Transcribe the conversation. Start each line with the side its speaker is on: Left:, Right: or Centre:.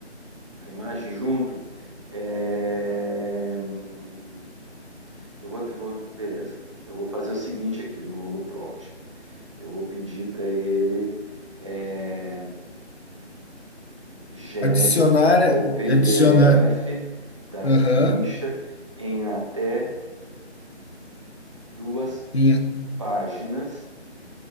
Right: A imagem junto. É, hum, Eu vou, eu vou, beleza. Eu vou fazer o seguinte aqui no, no prompt. Eu vou pedir para ele. é, gere
Left: Adicionar,
Right: o PDF
Left: adicionar,
Right: da
Left: aham,
Right: ficha em até duas
Left: linha
Right: páginas,